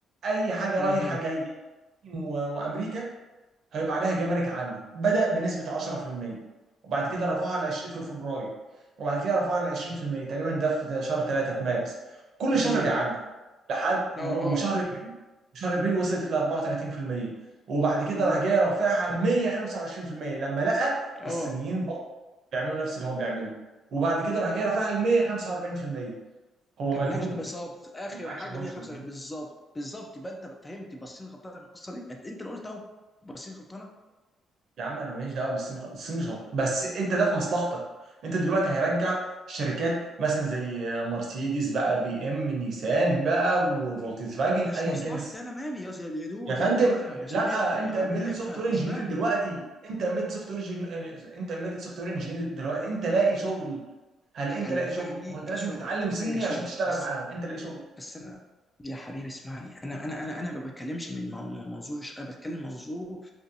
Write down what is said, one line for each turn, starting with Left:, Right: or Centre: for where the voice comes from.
Right: اي حاجه رايحه
Left: اها
Right: جايه الصين و- وامريكا هيبقى عليها جمارك عاليه بدا بنسبه 10% وبعد كده رفعها ل 20 في فبراير وبعد كده رفعها ل 20% تقريبا ده في شهر 3 في مارس كل
Left: امم
Right: شهر بيعلي لحد و-
Left: اه اه
Right: وشهر ابريل شهر ابريل وصلت ل 34% وبعد كده
Left: لا
Right: راح جاي رافعها ل 125% لما لقى
Left: اه
Right: الصينيين برضه بيعملوا نفس اللي هو بيعمله وبعد كده راح جاي رافعها ل 145% هو مجنون
Left: طب ماشي بالظبط اخر
Right: ما معكش
Left: حاجه
Right: ان هو مش
Left: 175
Right: مجنون
Left: بالظبط بالظبط يبقى انت فهمت بصين غلطانه في القصه دي انت انت اللي قلت اهو بصين غلطانه
Right: يا عم انا ماليش دعوه بالصين غ- الصين مش غلط بس انت ده في مصلحتك انت دلوقتي هيرجع شركات مثلا زي مرسيدس بقى بي ام نيسان بقى وفولكس فاجن
Left: مش
Right: ايا
Left: مصلحتي
Right: كان الس-
Left: انا مالي يا يا دود
Right: يا فندم
Left: يا دود افهم يا صديقي
Right: لا
Left: يا
Right: انت
Left: حبيبي
Right: امبيدد
Left: افهم
Right: سوفت وير
Left: اسمعني
Right: انجينير دلوقتي انت امبيدد سوفت وير انت امبيدد سوفت وير انجينير دلوقتي انت لاقي شغل هل
Left: هينفعني
Right: انت لاقي شغل هو انت
Left: كشغل
Right: لازم تتعلم صيني
Left: هينفعني كشغل
Right: عشان تشتغل
Left: بس
Right: معاهم انت لاقي شغل
Left: بس انا يا حبيبي اسمعني انا انا انا انا ما بتكلمش من من- منظور ش- انا بتكلم منظور